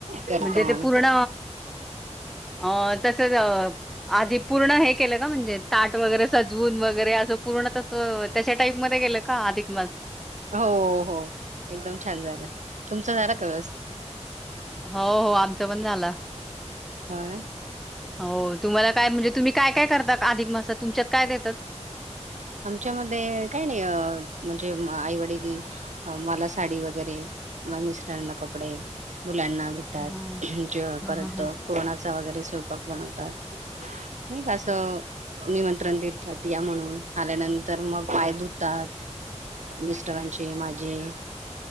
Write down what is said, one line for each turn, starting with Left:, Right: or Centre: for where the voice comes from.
Right: करतो
Centre: म्हणजे
Right: माणूस
Centre: ते पूर्ण अ तसच अ आधी पूर्ण हे केलं का म्हणजे ताट वगैरे सजवून वगैरे असं पूर्ण तस त्याच्या टाईपमध्ये गेलं का अधिक मास
Right: हो- हो एकदम छान झालं तुमचं झालं कस
Centre: हो- हो आमचं पण झालंय
Right: हो ना
Centre: हो तुम्हाला काय म्हणजे तुम्ही काय -काय करता अधिक मासात तुमच्यात काय देतात
Right: <inaudible> आमच्यामध्ये काय नाही म्हणजे आईवडील मला साडी वगैरे मिस्टरांना कपडे मुलांना घेतात
Centre: हा
Right: <inaudible> जे
Centre: हा
Right: परंत
Centre: हा हा
Right: पुरणाचं वगैरे स्वयंपाक बनवतात नाही का असं निमंत्रण देतात या म्हणून आल्यानंतर मग पाय धुतात <inaudible> मिस्टरांचे माझी